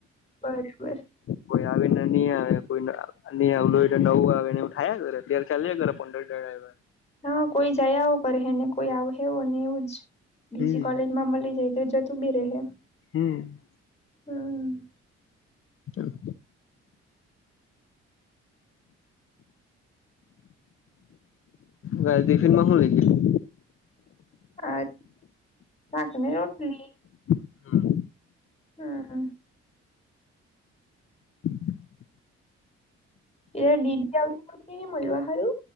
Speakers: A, on the left; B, on the left.
A: બરોબર.
B: કોઈ આવીને નહી આવે કોઈ અને હવલ નું આવે એને એવું થયા કરે અત્યારે ચા કરે પંદર દઢ.
A: હા કોઈ જયા હો કરે ને કોઈ આવવ ને એવુંજ, બીજી
B: હમ
A: કોલેજ માં મળી જાય. તેજ તું બી રહે.
B: હમ.
A: હમ.
B: કેમ? ગાય દફિનમાંહું લઈ ગેલી?
A: આ સાક ને રોટલી.
B: ગયેલી
A: હા.
B: હ <inaudible>
A: એ દડીદી આવ મલવા હારુ?